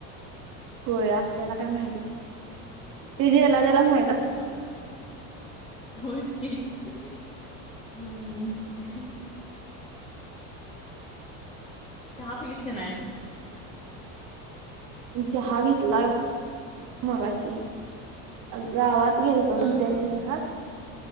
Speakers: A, on the right (about 55°); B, on the left (about 15°).
A: होय आपल्याला काय माहित नसत. ते जाला त्याला माहिती.
B: होय. होयच की हम्म, चहा पिलीस का नाय?
A: चहा घेतला मगाशी. गावात गेलतो
B: हा
A: चूलत्यांच्या
B: हा
A: घरात